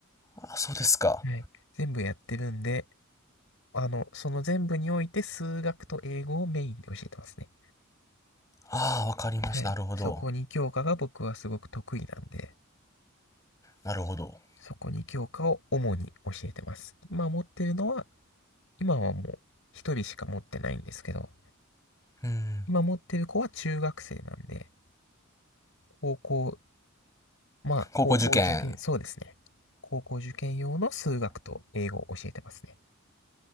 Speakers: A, on the left (about 15°); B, on the left (about 65°).
A: あ、そうですか。
B: はい。全部やってるんで、あの、その全部において数学と英語をメインで教えてますね。
A: ああ、わかりました。
B: はい。
A: なるほど。
B: そこに教科が僕はすごく得意なんで、
A: なるほど。
B: そこに教科を主に教えてます。今持ってるのは、今はもう一人しか持ってないんですけど、
A: うん。
B: 今持ってる子は中学生なんで、高校、まあ、
A: 高校受験
B: 高校受験、そうですね。高校受験用の数学と英語を教えてますね。